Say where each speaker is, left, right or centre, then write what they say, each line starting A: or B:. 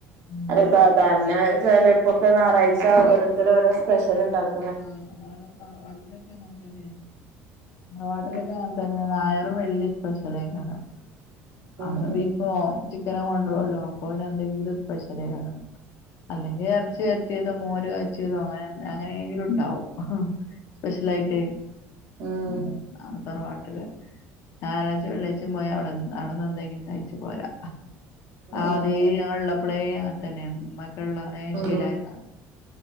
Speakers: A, on the left; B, on the right.
A: പിന്നെ
B: അല്ലെ സാധാരണ ചിലപ്പോക്കെ ഞായറാഴ്ച ഓരോരുത്തർ ഓരോ സ്പെഷ്യൽ ഉണ്ടാക്കും
A: ആഹ് ഞങ്ങളവ്ടെ തറവാട്ടിലൊക്കെ അങ്ങനെ തന്നെയാണ് തറവാട്ടിലൊക്കെ
B: ഉം
A: അങ്ങന നായറും വെള്ളിം സ്പെഷ്യലായിക്കറണം
B: ഉം
A: അങ്ങനിപ്പോ
B: ഉം
A: കൊണ്ടല്ലോ അപ്പൊ അവന് എന്തെങ്കിലും സ്പെഷലേ വണം അല്ലെങ്കിൽ
B: ഉം
A: ഇറച്ചി വെറ്റിയത് മോര് കാച്ചിയതോ അങ്ങന അങ്ങങ്കിലും ഉണ്ടാവും സ്പെഷ്യലായിട്ട്
B: ഉം
A: മ് അഹ് തറവാട്ടില് ഞായറാഴ്ച വെള്ളാഴ്ച്ചും പോയാ അവിടൊവിന്ന് എന്തെങ്കിലും കഴിച്ചു പോരാ
B: ഉം
A: ആതേ ഞങ്ങള്ളപ്പോളെ അങ്ങന തന്നെയ ഇമ്മ ള്ളന്നേ
B: ഉം
A: ശീലായതാണ്
B: ഉം